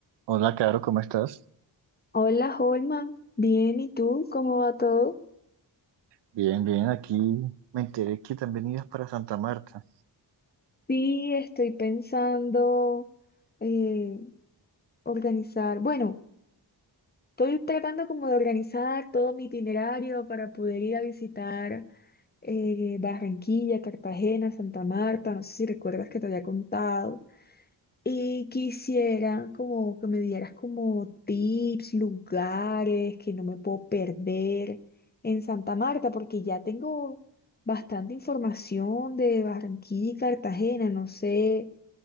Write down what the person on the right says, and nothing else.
Hola, Caro, ¿cómo estás?
Bien, bien, aquí me enteré que también ibas para Santa Marta.